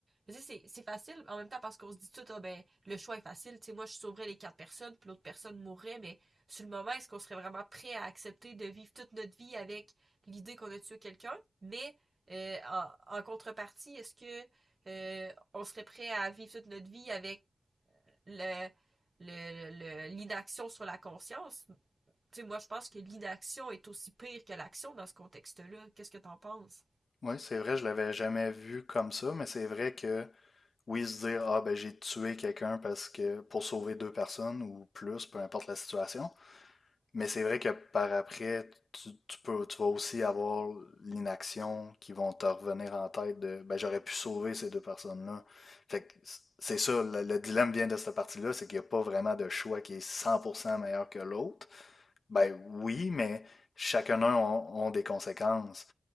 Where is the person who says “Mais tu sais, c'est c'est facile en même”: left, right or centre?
Right